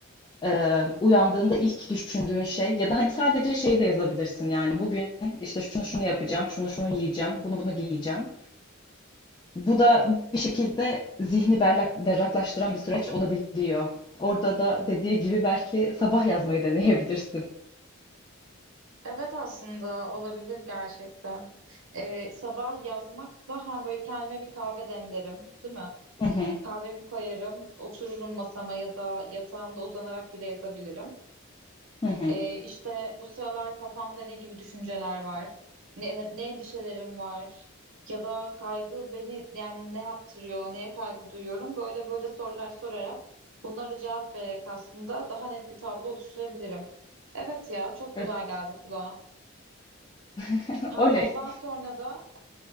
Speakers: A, on the left; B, on the right.
A: e, uyandığında ilk düşündüğün şey ya da hani sadece şeyi de yazabilirsin yani bugün işte şunu şunu yapacağım, şunu şunu yiyeceğim, bunu bunu giyeceğim. Bu da bir şekilde zihni berlak, berraklaştıran bir süreç olabiliyor. Orada da dediği gibi belki sabah yazmayı deneyebilirsin.
B: Evet aslında olabilir gerçekten. Ee, sabah yazmakla hem böyle kendime bir kahve demlerim, değil mi?
A: Hı hı,
B: Kahvemi koyarım, otururum masama ya da yatağımda uzanarak bile yazabilirim.
A: hı hı.
B: Ee, işte bu sıralar kafamda ne gibi düşünceler var, ne, ne, endişelerim var ya da kaygı beni yani ne yaptırıyor, neye kaygı duyuyorum böyle böyle sorular sorarak bunlara cevap vererek aslında daha net bir tablo oluşturabilirim. Evet ya çok
A: Evet.
B: güzel geldi kulağa.
A: <laughs>
B: Hem
A: Oley.
B: ondan sonra da